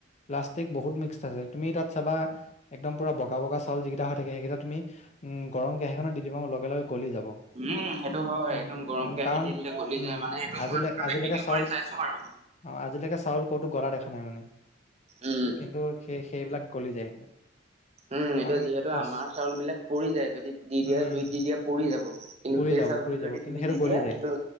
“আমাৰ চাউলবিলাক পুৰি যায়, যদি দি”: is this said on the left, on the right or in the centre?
Right